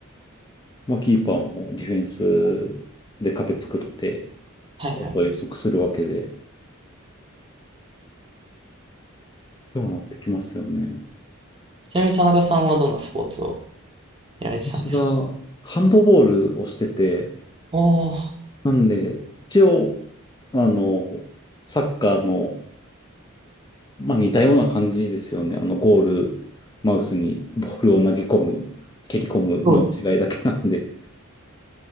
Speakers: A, on the left; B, on the right.
A: まあ、キーパーもディフェンスで壁作って、
B: ね。はいはいはい。
A: コースは予測するわけで、ではなってきますよね。
B: ちなみに田中さんはどんなスポーツをやられてたんですか
A: 私がハンドボールをしてて、
B: おおー、
A: なんで、一応、あの、サッカーの、まあ、似たような感じですよね。あの、ゴール、マウスにボールを投げ込む、蹴り込むの違いだけなんで。
B: そうです。